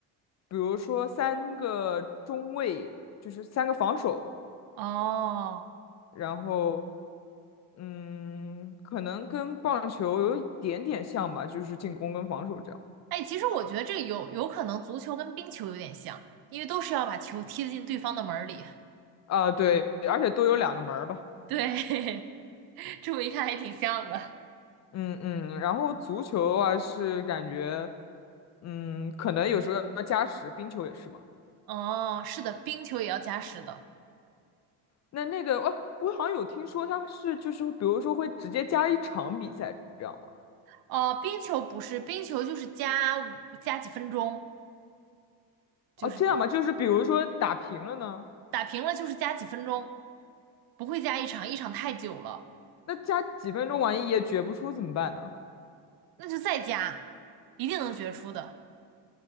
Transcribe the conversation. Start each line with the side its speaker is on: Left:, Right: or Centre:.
Left: 比如说三个中卫，就是三个防守，
Right: 哦。
Left: 然后嗯，可能跟棒球有一点点像吧，就是进攻跟防守这样，
Right: 哎，其实我觉得这个有有可能足球跟冰球有点像，因为都是要把球踢进对方的门儿里。
Left: 啊，对，而且都有两个门儿吧。
Right: 对，<laughs> 这么一看还挺像的。
Left: 嗯嗯，然后足球的话是感觉，嗯，可能有时候要加时，冰球也是嘛。
Right: 哦，是的，冰球也要加时的。
Left: 那那个，哦，我好像有听说他是就是比如说会直接加一场比赛这样吗？
Right: 哦，冰球不是，冰球就是加五加几分钟，就是这样，
Left: 哦，这样吗？就是比如说打平了呢，
Right: 打平了就是加几分钟，不会加一场，一场太久了，
Left: 那加几分钟万一也决不出怎么办呢？
Right: 那就再加，一定能决出的。